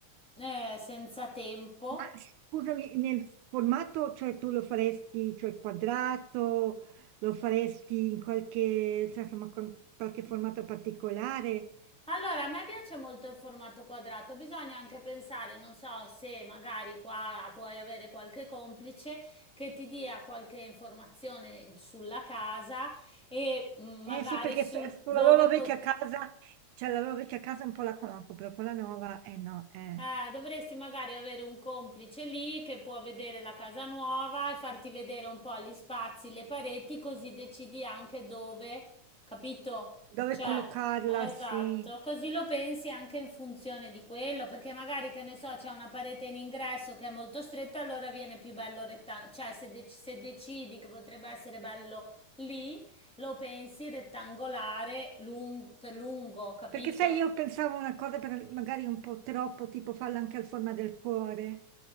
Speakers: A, in the centre; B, on the right.
A: eh, senza tempo
B: Ma scusami, nel formato, cioè tu lo faresti, cioè quadrato, lo faresti in qualche, cioè, insomma, con qualche formato particolare?
A: Allora, a me piace molto il formato quadrato, bisogna anche pensare, non so, se magari qua puoi avere qualche complice che ti dia qualche informazione sulla casa e mm, magari
B: Eh sì, perché
A: sul
B: se-
A: dove...
B: sulla loro vecchia
A: po-
B: casa, cioè la loro vecchia casa un po' la conosco, però quella nuova, eh no, eh.
A: Eh, dovresti magari avere un complice lì che può vedere la casa nuova e farti vedere un po' gli spazi, le pareti, così decidi anche dove, capito?
B: Dove
A: Cioè,
B: collocarla,
A: esatto,
B: sì.
A: così lo pensi anche in funzione di quello, perché magari, che ne so, c'è una parete in ingresso che è molto stretta, allora viene più bello rettangolare, cioè se, dec- se decidi che potrebbe essere bello lì, lo pensi rettangolare lung- per lungo, capito?
B: Perché sai, io pensavo una cosa per- magari un po' troppo, tipo farla anche al forma del cuore,